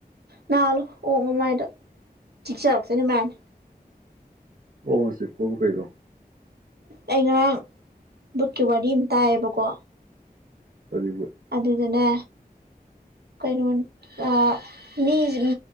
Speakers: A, on the right (about 90°); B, on the right (about 60°).
A: ꯅꯥꯜꯂꯨ ꯑꯣꯛ ꯃꯃꯥꯏꯗ ꯆꯤꯛꯆꯔꯛꯁꯅꯤ ꯃꯥꯏꯅꯥ
B: ꯑꯣꯛ ꯅꯥ ꯆꯤꯛ ꯄꯕꯨ ꯀꯩꯅ‌ꯣ
A: ꯑꯩ ꯉꯔꯥꯡ ꯕꯨꯠꯀꯤ ꯋꯥꯔꯤ ꯑꯝ ꯇꯥꯏꯌꯦꯕꯀꯣ
B: ꯀꯔꯤ ꯕꯨꯠ
A: ꯑꯗꯨꯗꯅꯦ ꯀꯩꯅꯣꯅ‌ꯦ ꯑ ꯃꯤꯖ‌ꯦ